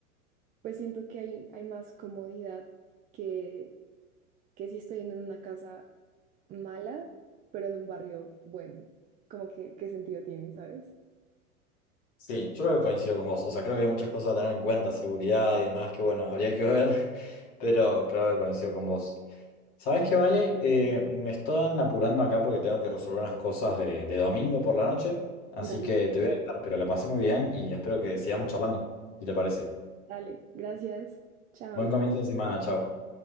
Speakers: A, on the right; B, on the left.
A: Pues siento que hay, hay más comodidad que, que si estoy en una casa mala, pero de un barrio bueno. Como que, ¿qué sentido tiene, sabes?
B: sí, yo creo que coincido con vos. O sea, creo que hay muchas cosas a tener en cuenta, seguridad y demás, que bueno, habría que ver, <laughs> pero creo que coincido con vos. ¿Sabes qué, Vale? Eh, me están apurando acá porque tengo que resolver unas cosas de, de domingo por la noche. Así
A: Dale,
B: que te voy a dejar, pero la pasé muy bien y espero que sigamos
A: va.
B: charlando, si te parece.
A: Dale, gracias. Chao.
B: Buen comienzo de semana, chao.